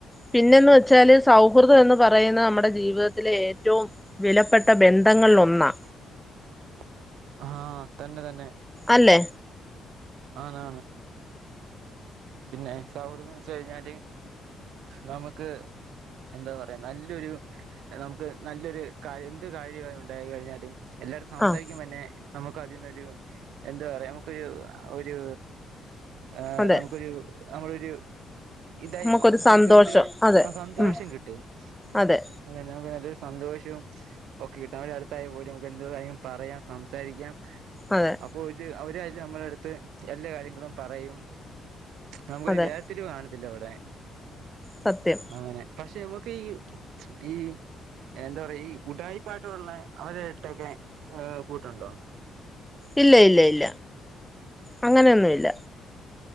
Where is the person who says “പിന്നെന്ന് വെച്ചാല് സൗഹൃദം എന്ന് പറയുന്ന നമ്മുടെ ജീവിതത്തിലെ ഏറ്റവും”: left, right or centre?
Centre